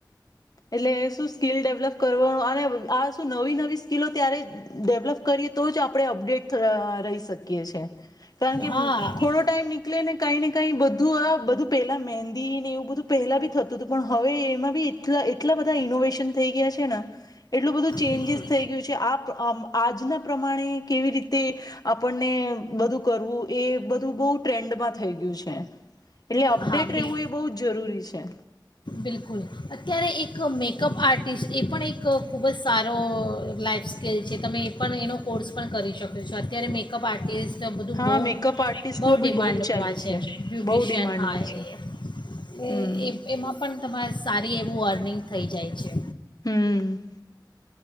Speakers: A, on the left; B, on the left.
A: એટલે શું સ્કીિલ ડેવલપ કરવાનું અને આ શું નવી નવી સ્કીિલો ત્યારે ડેવલપ કરીએ તો જ આપણે અપડેટ રહી શકીએ છે. કારણ કે
B: હા
A: થોડો ટાઈમ નીકળે ને કઈ ને કઈ બધું આ બધું પેલા મહેંદી ને એવું બધું પહેલા બી થતું હતું પણ હવે એમાં બી એલા એટલા બધા ઈનોવેશન થઈ ગયા છે ને એટલું બધું ચેન્જીસ
B: બિલકુલ
A: થઈ ગયું છે આપ અમ આજના પ્રમાણે કેવી રીતે આપણને બધું કરવું એ બધું બહુ ટ્રેન્ડમાં થઈ ગયું છે. એટલે અપડેટ
B: હા બિલ
A: રહેવું એ બહુ જ જરૂરી છે.
B: બિલકુલ અત્યારે એક મેકઅપ આર્ટિસ્ટ એ પણ એક ખૂબ જ સારો અહ લાયક સ્કીલ છે તમે એ પણ એનો કોર્સ પણ કરી શકે છે. અત્યારે મેકઅપ આર્ટિસ્ટ તો બધું
A: હા
B: બહુ
A: મેકઅપ આર્ટિસ્ટનું
B: બહુ
A: બી
B: ડિમાન્ડમાં
A: જ ચાલે
B: છે બ્યુટિશિયન
A: બહુ ડિમાન્ડમાં
B: હા
A: છે હમ
B: એ એ એમાં પણ સારી એવું અર્નિંગ થઈ જાય છે.
A: હં